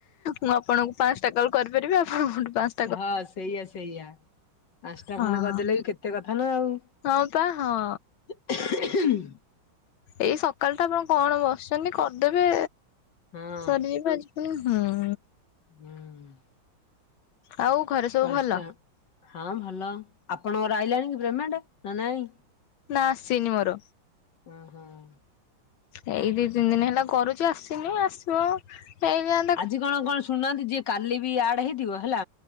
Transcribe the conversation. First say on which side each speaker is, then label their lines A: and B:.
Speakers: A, on the left; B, on the left.
A: ମୁଁ ଆପଣଙ୍କୁ ପାଞ୍ଚଟା କଲ୍ କରିପାରିବି ଆପଣଙ୍କଠୁ ପାଞ୍ଚ
B: ହଁ ସେଇଆ ସେଇଆ ପାଞ୍ଚଟା
A: ହଁ।
B: ଖଣ୍ଡେ କରିଦେଲେ ବି କେତେ କଥା ନା ଆଉ।
A: ହଁ ପା ହଁ।
B: <inaudible>
A: ଏଇ ସକାଳ ଟା ଆପଣ କଣ ବସିଛନ୍ତି କରିଦେବେ
B: ହଁ
A: ସରିଯିବ ଆଜି ହଁ।
B: ହୁଁ
A: ଆଉ ଘରେ ସବୁ
B: ପାଞ୍ଚଟା।
A: ଭଲ
B: ହଁ ଭଲ ଆପଣଙ୍କର ଆଇଲାଣି କି ପ୍ରେମେଣ୍ଟ ନା ନାଇଁ?
A: ନା ଆସିନି ମୋର।
B: ହଁ ହଁ।
A: ଏଇ ଦି ତିନି ଦିନ ହେଲା କରୁଛି ଆସିନି ଆସିବ ହେଇଯା
B: ଆଜି କଣ କଣ ଶୁଣୁନାହାନ୍ତି ଯିଏ କାଲି ବି ଆଡ ହେଇଥିବ ହେଲା